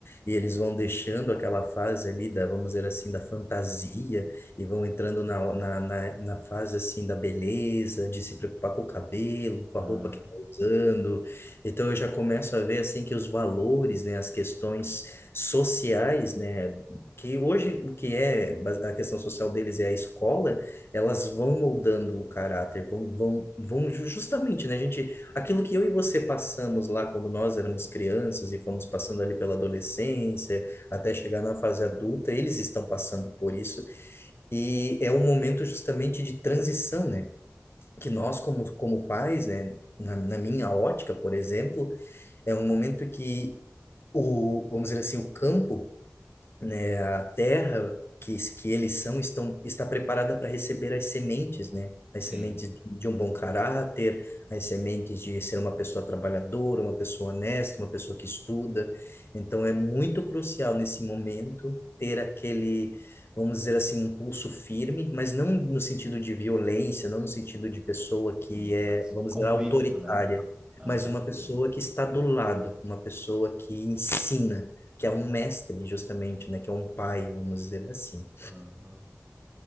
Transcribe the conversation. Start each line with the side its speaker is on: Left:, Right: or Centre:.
Left: e eles vão deixando aquela fase ali da, vamos dizer assim, da fantasia e vão
Right: uhum.
Left: entrando na, na, na, na fase assim da beleza, de se preocupar com o cabelo, com
Right: Aham.
Left: a roupa que tá usando. Então eu já começo a ver assim que os valores, né, as questões sociais, né, que hoje o que é a questão social deles é a escola elas vão moldando o caráter, vão, vão, vão ju- justamente, né, gente, aquilo que eu e você passamos lá quando nós éramos crianças e fomos passando ali pela adolescência, até chegar na fase adulta, eles estão passando por isso e é um momento justamente de transição, né, que nós como, como pais, né, na, na minha ótica, por exemplo, é um momento que o, vamos dizer assim, o campo né, a terra que, que eles são estão, está preparada para receber as sementes, né? As
Right: Sim,
Left: sementes de de um bom caráter, as sementes de ser uma pessoa trabalhadora, uma pessoa honesta, uma pessoa que estuda. Então é muito crucial nesse momento ter aquele, vamos dizer assim, um pulso firme, mas não no sentido de violência, não no sentido de pessoa
Right: sim,
Left: que é,
Right: mas
Left: vamos
Right: convicto,
Left: dizer, autoritária,
Right: né? Aham.
Left: mas uma pessoa que está do lado, uma pessoa que ensina que
Right: uhum,
Left: é um mestre, justamente, né? Que é um pai, vamos dizer assim.
Right: aham.